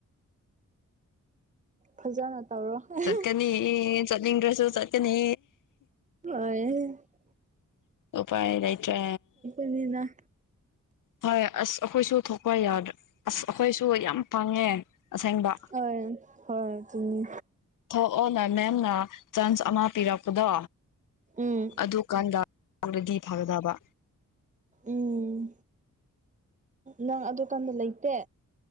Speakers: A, on the right (about 25°); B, on the left (about 80°).
A: ꯐꯖꯅ ꯇꯧꯔꯣ ꯍꯣꯏ
B: ꯆꯠꯀꯅꯤ ꯑꯦ ꯆꯠꯅꯤꯡꯗ꯭ꯔꯁꯨ ꯆꯠꯀꯅꯤ
A: ꯑꯩꯈꯣꯏꯗꯤ
B: ꯎꯄꯥꯥꯏꯗꯥꯏꯇ꯭ꯔꯦ
A: ꯑꯅꯤꯅ
B: ꯍꯣꯏ ꯑꯁ ꯑꯩꯈꯣꯏꯁꯨ ꯊꯣꯛꯄ ꯌꯥꯗ꯭ꯔ ꯑꯁ ꯑꯩꯈꯣꯏꯁꯨ ꯌꯥꯝ ꯄꯥꯡꯉꯦ ꯑꯁꯦꯡꯕ
A: ꯍꯣꯏ ꯍꯣꯏ ꯑꯗꯨꯅꯤ
B: ꯊꯣꯛꯑꯣꯅꯦ ꯃꯦꯝꯅ ꯆꯥꯟꯁ ꯑꯃ ꯄꯤꯔꯛꯄꯗꯣ
A: ꯎꯝ
B: ꯑꯗꯨꯀꯥꯟꯗꯔꯗꯤ ꯐꯒꯗꯕ
A: ꯎꯝ ꯅꯪ ꯑꯗꯨꯀꯥꯟꯗ ꯂꯩꯇꯦ